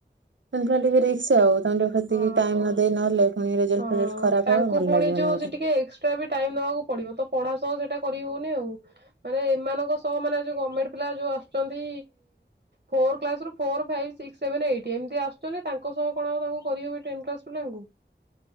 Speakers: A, on the right; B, on the right.
A: ଖା <unintelligible> ଟିକେ ରିକ୍ସ ଆଉ ତାଙ୍କୁ ଟିକେ ସେତିକି
B: ହଁ
A: ଟାଇମ ନ ଦେଇ ନହେଲେ ପୁଣି ରେଜଲ୍ଟ
B: ହଁ
A: ଫେଜଲ୍ଟ ଖରାପ
B: ତାଙ୍କୁ
A: ହବ ଭଲ
B: ପୁଣି
A: ଲାଗିବନି
B: ଯୋଉଉଛି
A: ଗୋଟେ।
B: ଟିକେ ଏକ୍ସଟ୍ରାବି ଟାଇମ ଦବାକୁ ପଡିବ ତ ପଢା ସହ ସେଟା କରିହଉନି ଆଉ ମାନେ ଏମାନଙ୍କସହ ମାନେ ଯଉ ଗଭମେଣ୍ଟ ପିଲାଯୋଉ ଆସୁଛନ୍ତି ଫୋର କ୍ଲାସରୁ four five six seven eight ଏମିତି ଆସୁଛନ୍ତି ତାଙ୍କସହ କଣଆଉ ତାଙ୍କୁ କରିହେବ ଟେନ୍କ୍ଲାସ ପିଲାଙ୍କୁ